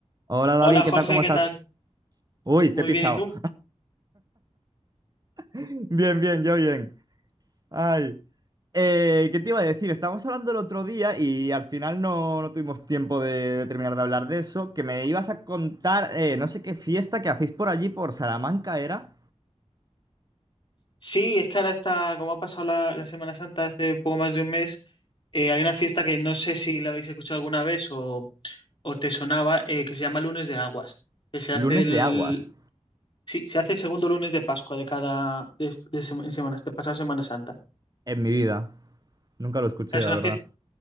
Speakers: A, on the right (about 35°); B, on the left (about 45°).
A: Hola David,
B: Hola
A: ¿qué
B: Jorge,
A: tal? ¿Cómo
B: ¿qué
A: estás?
B: tal?
A: Uy, te
B: Muy
A: he pisado.
B: bien, ¿y tú?
A: Bien, bien, yo bien. Ay. Eh, ¿qué te iba a decir? Estábamos hablando el otro día y al final no, no tuvimos tiempo de, de terminar de hablar de eso, que me ibas a contar eh, no sé qué fiesta que hacéis por allí, por Salamanca, era
B: Sí, es que ahora está, como ha pasado la, la Semana Santa hace poco más de un mes, eh, hay una fiesta que no sé si la habéis escuchado alguna vez o, o te sonaba, eh, que se llama Lunes de Aguas, que se hace
A: Lunes
B: el,
A: de Aguas,
B: sí, se hace el segundo lunes de Pascua de cada, de, de sema- en semana, de pasado Semana Santa.
A: en mi vida. Nunca lo escuché,
B: Claro, Es
A: la
B: una
A: verdad.
B: fiesta,